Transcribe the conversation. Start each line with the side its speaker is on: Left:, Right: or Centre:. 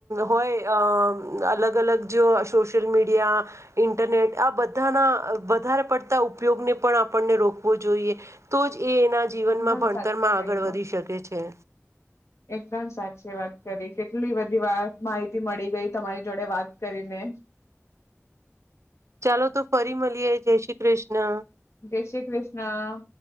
Right: હોય અલગ અલગ જો સોશિયલ મીડિયા ઇન્ટરનેટ આ બધાના વધારે પડતા ઉપયોગને પણ આપણને રોકવો જોઈએ તો જ એ એના જીવનમાં
Left: એકદમ
Right: ભણતરમાં
Left: સાચું
Right: આગળ
Left: કહ્યું
Right: વધી શકે છે
Left: એકદમ સાચી વાત કરી કેટલી બધી વા માહિતી મળી ગઈ તમારી જોડે વાત કરીને
Right: ચાલો તો ફરી મળીએય જય શ્રી કૃષ્ણ
Left: જય શ્રી કૃષ્ણ